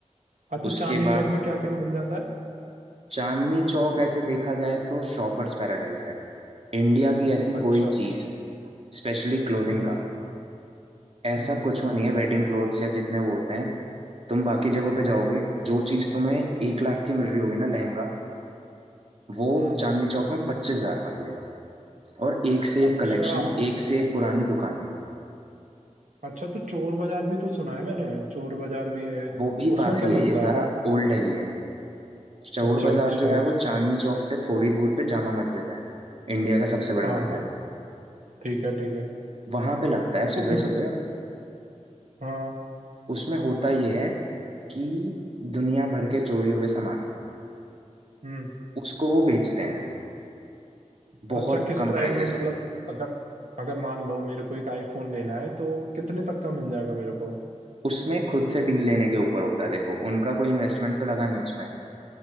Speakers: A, on the right (about 90°); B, on the right (about 55°).
A: अच्छा
B: उसके
A: चांदनी
B: बाद
A: चौक में क्या क्या मिल जाता है
B: चांदनी चौक ऐसे देखा जाए तो शॉपर्स पैराडाइज है इंडिया की ऐसी
A: अच्छा
B: कोई चीज स्पेशली क्लोथिंग
A: हम्म
B: का ऐसा
A: हम्म
B: कुछ वो नहीं है वेडिंग क्लोथ्स या जितने वो होते हैं तुम बाकी जगहों पे
A: हम्म
B: जाओगे जो चीज तुम्हें एक लाख
A: हम्म
B: की मिल रही होगी ना लहंगा वो
A: हम्म।
B: चांदनी चौक में पच्चीस हजार का मिलेगा और एक से एक
A: अच्छा
B: कलेक्शन एक से एक पुरानी दुकानें
A: अच्छा तो चोर बाजार भी तो सुना है मैंने चोर बाजार भी है
B: वो भी
A: उसमें
B: पास
A: क्या
B: ही है
A: मिलता
B: ये सारा
A: है
B: ओल्ड दिल्ली है चौर
A: अच्छा
B: बाजार
A: अच्छा
B: जो है वो चांदनी चौक से थोड़ी दूर पे जामा मस्जिद है इंडिया का सबसे बड़ा
A: हाँ
B: मस्जिद
A: हाँ ठीक है ठीक है
B: वहां पे लगता है
A: तो
B: सुबह
A: उस
B: सुबह
A: हाँ
B: उसमें होता ये है कि दुनिया भर के चोरी हुए सामान
A: हम्म
B: उसको वो बेचते हैं बहुत
A: अच्छा किस
B: कम
A: प्राइस
B: प्राइजेस
A: में मतलब
B: में
A: अगर अगर मान लो मेरे को एक आईफोन लेना है तो कितने तक का मिल जाएगा मेरे को
B: उसमें खुद से डील लेने के ऊपर होता है देखो उनका कोई इन्वेस्टमेंट तो लगा नहीं उसमें